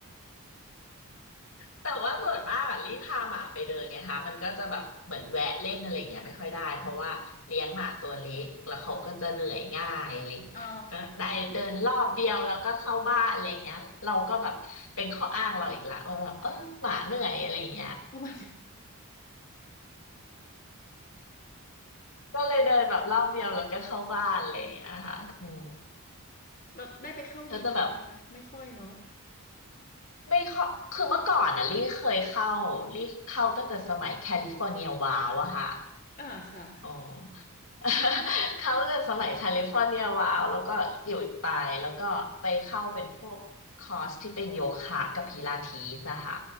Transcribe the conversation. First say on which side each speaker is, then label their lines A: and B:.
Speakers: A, on the left (about 65°); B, on the left (about 40°).
A: แต่ว่าส่วนมากอะรีบพาหมาไปเดินไงคะมันก็จะแบบเหมือนแวะเล่นอะไรอย่างเงี้ยไม่ค่อยได้เพราะว่าเลี้ยงหมาตัวเล็กแล้วเขาก็จะเหนื่อยง่ายอะไรอย่างเงี้ยก็ได้เดินรอบเดียวแล้วก็เข้าบ้านอะไรอย่างเงี้ยเราก็แบบเป็นข้ออ้างเราอีกละว่าแบบเออหมาเหนื่อยอะไรอย่างเงี้ย
B: อ๋อประมาณนี้
A: <laughs> ก็เลยเดินแบบรอบเดียวแล้วก็เข้าบ้านอะไรอย่างเงี้ยค่ะอืม
B: เราได้ไปเข้ายิมบ้างไหมคะไม่ค่อยเนาะ
A: ก็จะแบบไม่เข้าคือเมื่อก่อนอ่ะลี่เคยเข้าลี่เข้าตั้งแต่สมัยแคลิฟอร์เนียวาวอะค่ะ
B: อ่าค่ะ
A: อ๋อ <laughs> เขาจะสมัยแคลิฟอร์เนียวาวแล้วก็หยุดไปแล้วก็ไปเข้าเป็นพวกคอร์สที่เป็นโยคะกับพิลาทิสนะคะ